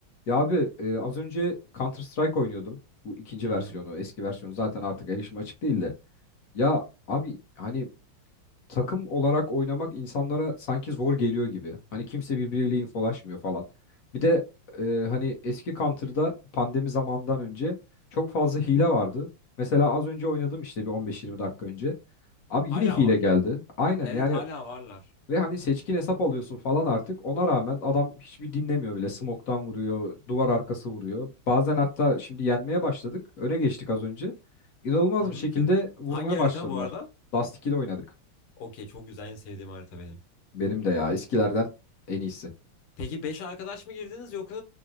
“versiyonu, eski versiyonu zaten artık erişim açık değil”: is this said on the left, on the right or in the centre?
Left